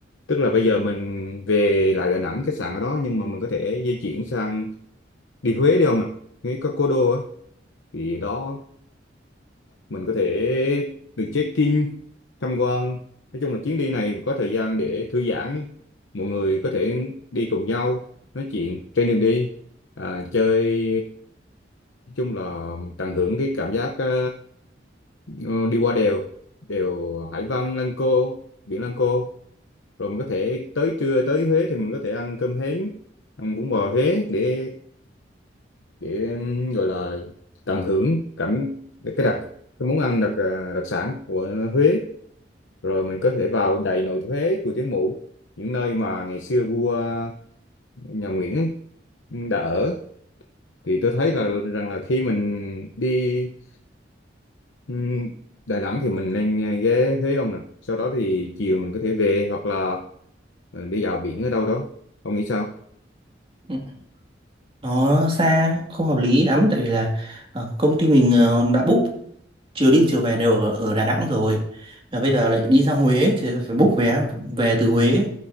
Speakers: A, on the left; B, on the right.
A: tức là bây giờ mình về lại Đà Nẵng khách sạn ở đó nhưng mà mình có thể di chuyển sang đi Huế đi không nào Huế có Cố đô á thì đó mình có thể được check-in tham quan nói chung là chuyến đi này có thời gian để thư giãn mọi người có thể đi cùng nhau nói chuyện trên đường đi à, chơi Nói chung là tận hưởng cái cảm giác ờ, ờ, đi qua đèo đèo Hải Vân Lăng Cô biển Lăng Cô rồi mình có thể tới trưa tới Huế thì mình có thể ăn cơm hến ăn bún bò Huế để để ừm, gọi là tận hưởng cảm cái đặc cái món ăn đặc ờ, đặc sản của Huế rồi mình có thể vào Đại Nội Huế Chùa Thiên Mụ những nơi mà ngày xưa vua nhà Nguyễn ấy, đã ở thì tôi thấy là rằng là khi mình đi Ừm, Đà Nẵng thì mình nên ờ, ghé Huế ông nè sau đó thì chiều mình có thể về hoặc là ờ, đi dạo biển ở đâu đó ông nghĩ sao
B: Ừ. Nó xa, không hợp lý lắm tại vì là ờ, công ty mình ờ, đã book chiều đi chiều về đều ở, ở Đà Nẵng rồi. Và bây giờ lại đi ra Huế thì phải book vé về từ Huế.